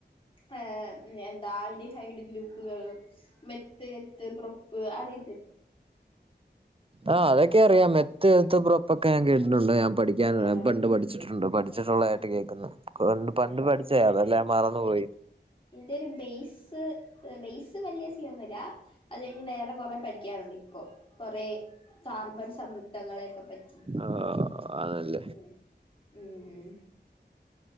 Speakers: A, on the left; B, on the right.
A: ഹ എന്താ ആൽഡിഹൈഡ് ഗ്രൂപ്പുകൾ മെത്ത്, എത്ത്, പ്രപ്പ് അറി
B: ആ അതൊക്കെ അറിയാ മെ ത്ത് <inaudible> <inaudible> പ്പൊക്കെ ഞാൻ കേട്ടിട്ടുണ്ട് ഞാൻ പഠിക്കാൻ
A: ആഹ്
B: പണ്ട് പഠിച്ചിട്ടുണ്ട് പഠിച്ചിട്ടുള്ളതായിട്ട് കേൾക്കുന്നു കൊ പണ്ട് പഠിച്ചേ അതെല്ലാം മറന്നു പോയി
A: എന്റെ ഒരു ബെയ്സ് ബെയ്സ് വലിയ സീനൊന്നുല്ല അത് കഴിഞ്ഞ് വേറെ കൊറെ പഠിക്കാനുണ്ട് ഇപ്പൊ കൊറെ കാർബൺ സംയുക്തങ്ങളെയൊക്കെ പറ്റി
B: ആഹ് ആണല്ലേ
A: ഉമ് മ്